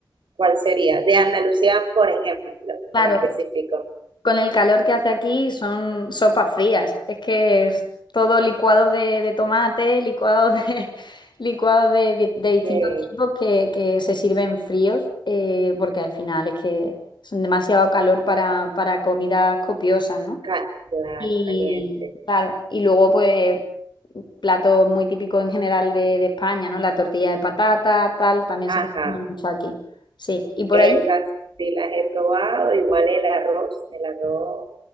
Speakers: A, on the right (about 80°); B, on the left (about 70°).
A: ¿cuál sería? De Andalucía, por ejemplo,
B: Claro,
A: en específico,
B: Con el calor que hace aquí son sopas frías. Es que es todo licuado de, de tomate, licuado de, <laughs> licuado de, di- de distintos
A: que
B: tipos que, que se sirven fríos, eh, porque al final es que son demasiado calor para, para comidas copiosas, ¿no?
A: ca- claro,
B: Y
A: caliente.
B: claro, y luego pues platos muy típicos en general de, de España, ¿no? La tortilla de patata, tal, también
A: Ajá,
B: se consume mucho aquí. Sí, y por
A: esas
B: allí
A: sí las he probado, igual el arroz, el arroz